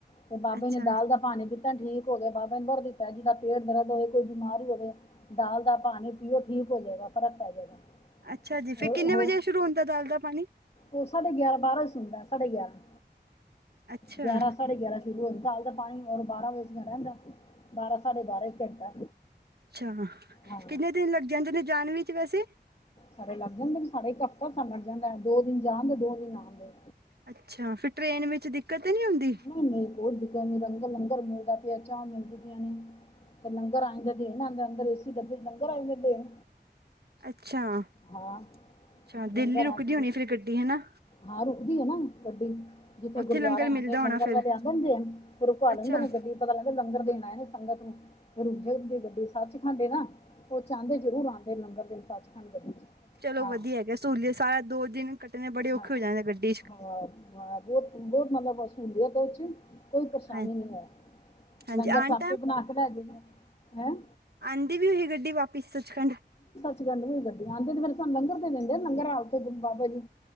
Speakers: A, on the left (about 35°); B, on the right (about 65°).
A: ਤੇ ਬਾਬੇ
B: ਅੱਛਾ
A: ਨੇ ਦਾਲ ਦਾ ਪਾਣੀ ਪੀ ਤਾ ਠੀਕ ਹੋਗਿਆ ਬਾਬਾ ਨੇ ਬਰ ਦਿੱਤਾ ਐ, ਜੀ ਦਾ ਪੇਟ ਦਰਦ ਹੋਵੇ ਕੋਈ ਬਿਮਾਰੀ ਹੋਵੇ। ਦਾਲ ਦਾ ਪਾਣੀ ਪੀਓ ਠੀਕ ਹੋ ਜਾਏਗਾ। ਫਰਕ ਪੈ ਜਾਏਗਾ
B: ਅੱਛਾ ਜੀ, ਫੇਰ
A: ਔਰ
B: ਕਿੰਨੇ
A: ਉਹ
B: ਵਜੇ ਸ਼ੁਰੂ ਹੁੰਦਾ ਦਾਲ ਦਾ ਪਾਣੀ?
A: ਉਹ ਸਾਂਢੇ ਗਿਆਰਾਂ ਬਾਰਾਂ ਸੁਣਦਾ ਸਾਂਢੇ ਗਿਆਰਾਂ।
B: ਅੱਛਾ
A: ਗਿਆਰਾਂ ਸਾਢੇ ਗਿਆਰਾਂ ਸ਼ੁਰੂ ਹੋ ਜਾਂਦਾ, ਹਲੇ ਤਾਂ ਪਾਣੀ ਹੁਣ ਬਾਰਾਂ ਵਜੇ ਤਇਹੋ ਰਹਿੰਦਾ। ਬਾਰਾਂ ਸਾਂਢੇ ਬਾਰਾਂ ਇੱਕ ਘੰਟਾ।
B: ਹਾਂ
A: ਹਾਂ
B: ਕਿੰਨੇਂ ਜਦੇ ਨੇ ਜਾਨ ਵਿਚ ਵੈਸੇ।
A: ਸਾਰੇ ਲੱਗ ਜਾਂਦੇ ਨੇ, ਸਾਰੇ ਇੱਕ ਹਫ਼ਤਾ ਸਾਨੂੰ ਲੱਗ ਜਾਂਦਾ ਦੋ ਦਿਨ ਜਾਣਦੇ ਦੋ ਦਿਨ ਆਦੇ।
B: ਅੱਛਾ, ਫਿਰ ਟ੍ਰਰੇਨ ਵਿੱਚ ਦਿੱਕਤ ਤੇ ਨਹੀਂ ਹੁੰਦੀ?
A: ਨਹੀਂ ਨਹੀਂ ਕੋਈ ਦਿੱਤ ਨੀ ਰੰਗ ਲੰਗਰ ਮਿਲਦਾ ਪਿਆ, ਚਾਹ ਮਿਲਦੀ ਪਿਆਂ ਨੇ। ਤੇ ਲੰਗਰ ਆ ਜਾਂਦੇ ਦੇਣ ਅੰਦਰ ਏ ਸੀ ਦੱਬੇ ਲੰਗਰ ਆਈ ਜਾਂ ਦੇਣ।
B: ਅੱਛਾ
A: ਹਾਂ
B: ਅੱਛਾ, ਦਿੱਲੀ
A: ਲੰਗਰ
B: ਰੁਕਦੀ
A: ਆ ਜਾਂਦਾ
B: ਹੋਣੀ ਫੇਰ ਗੱਡੀ ਹਨਾ?
A: ਹਾਂ, ਰੁਕਦੀ ਐ ਨਾ ਗੱਡੀ, ਜਿੱਥੇ
B: ਉੱਥੇ
A: ਗੁਰਦੁਆਰਿਆਂ
B: ਲੰਗਰ ਮਿਲਦਾ ਹੋਣਾ
A: ਲੰਗਰ
B: ਫਿਰ
A: ਵਾਲੇ ਆਉਂਦੇ ਨੇ ਦੇਣ ਫਿਰ ਉਹ ਭਾ
B: ਅੱਛਾ
A: ਲੈਂਦੇ ਨੇ ਗੱਡੀ ਪਤਾ ਲੈਂਦੇ ਲੰਗਰ ਦੇਣ ਆਏ ਨੇ ਸੰਗਤ ਨੂੰ। ਫੇਰ ਰੁਕ ਦੀ ਗੱਡੀ ਸੱਚਖੰਡ ਨਾ, ਉਹ ਚ ਆਦੇ ਜ਼ਰੂਰ ਆਉਂਦੇ ਲੰਗਰ ਦੇ ਸੱਚਖੰਡ ਗੱਡੀ ਚ।
B: ਚਲੋਂ
A: ਹਾਂ
B: ਵਧੀਆ ਹੈਗਾ, ਸਹੂਲੀਅਤ ਸਾਰਾ ਦੋ ਦਿਨ ਕੱਟਣੇ ਬੜੇ ਔਖੇ
A: ਹਾਂ
B: ਹੋ ਜਾਂਦੇ ਗੱਡੀ ਚ।
A: ਹਾਂ ਹਾਂ ਬਹੁਤ ਬਹੁਤ ਮਤਲਬ ਸਹੂਲੀਅਤ ਵਿਚ, ਕੋਈ ਪਰੇਸ਼ਾਨੀ
B: ਹਾਂ
A: ਨਹੀਂ ਹੈ।
B: ਹਾਂਜੀ
A: ਲੰਗਰ
B: ਆਉਣ
A: ਤਾਂ ਆਪੇ ਬਣਾ ਕੇ ਲੈ ਜਾਈਦਾ ਹੈਂ।
B: ਆਂਦੀ ਵੀ ਓਹੀ ਗੱਡੀ ਵਾਪਿਸ ਸੱਚਖੰਡ?
A: ਈ <unintelligible> ਗੱਡੀ ਆਂਦੇ ਤੇ ਫਿਰ ਸਾਨੂੰੰ ਲੰਗਰ ਤੇ ਦਿੰਦੇ ਲੰਗਰ ਉੱਥੇ ਬਾਬਾ ਜੀ।